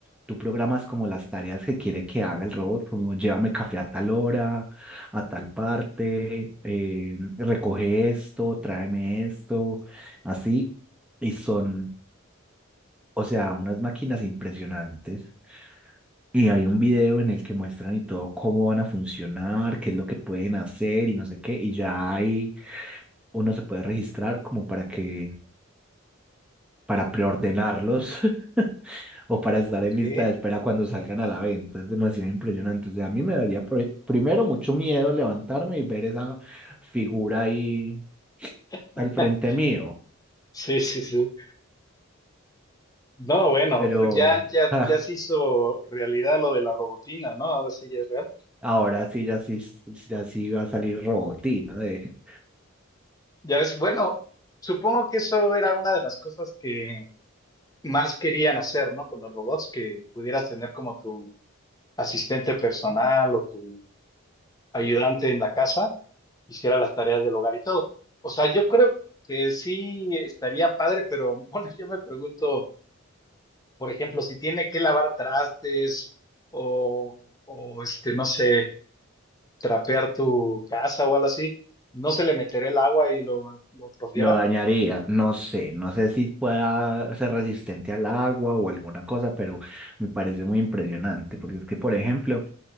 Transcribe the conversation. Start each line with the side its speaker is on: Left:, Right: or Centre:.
Centre: tú programas como las tareas que quiere que haga el robot, como llévame café a tal hora, a tal parte, eh, recoge esto, tráeme esto, así. Y son, o sea, unas máquinas impresionantes. Y hay un video en el que muestran y todo cómo van a funcionar, qué es lo que pueden hacer y no sé qué. Y ya hay uno se puede registrar como para que, para preordenarlos o para estar
Left: ok.
Centre: en lista de espera cuando salgan a la venta. Es demasiado impresionante. O sea, a mí me daría pri- primero mucho miedo levantarme y ver esa figura ahí
Left: <laughs>
Centre: al frente mío.
Left: Sí, sí, sí. No, bueno,
Centre: Pero
Left: ya, ya,
Centre: ah,
Left: ya se hizo realidad lo de la robotina, ¿no? Ahora sí ya es real.
Centre: ahora sí, ya sí, ya sí va a salir robotina de
Left: Ya es, bueno, supongo que eso era una de las cosas que más querían hacer, ¿no? Con los robots, que pudieras tener como tu asistente personal o tu ayudante en la casa hiciera las tareas del hogar y todo. O sea, yo creo que sí estaría padre, pero bueno, <laughs> yo me pregunto, por ejemplo, si tiene que lavar trastes o, o este, no sé, trapear tu casa o algo así, ¿no se le meterá el agua y lo, lo atrofiará?
Centre: Lo dañaría, no sé, no sé si pueda ser resistente al agua o alguna cosa, pero me parece muy impresionante, porque es que, por ejemplo,